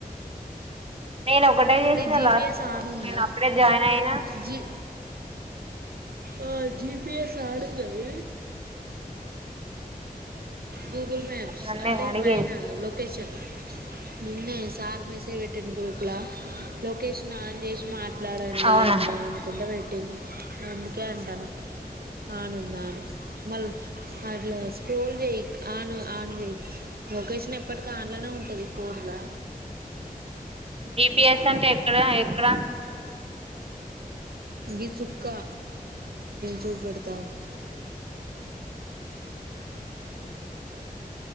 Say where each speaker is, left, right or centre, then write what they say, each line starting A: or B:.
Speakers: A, on the right; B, on the right.
A: నేను ఒకటే చేసిన
B: నీ జి
A: లాస్ట్
B: పి ఎస్
A: కు
B: ఆన్ ఉందా
A: నేను అప్పుడే జాయిన్ అయినా
B: జీ ఆ జిపిిఎస్ ఆన్ ఉన్నది గూగుల్ మ్యాప్స్
A: నన్నే
B: అంటే
A: అడిగేది
B: పైన లొకేషన్ నిన్న సార్ మెసేజ్ పెట్టిండు లా లొకేషన్ ఆన్ చేసి మాట్లాడండి
A: అవునా
B: అమ్మ అనుకుంటా పెట్టిండు అందుకే అంటాను ఆన్ ఉందా అని మళ్ళీ అట్లా స్క్రోల్ చేయ ఆను ఆన్ లొకేషన్ ఎప్పటికీ ఆన్లనే ఉంటుంది ఫోన్లో
A: జిపిఎస్ అంటే ఎక్కడ ఎక్కడ
B: ఈ చుక్కా చూపెడతా ఉండు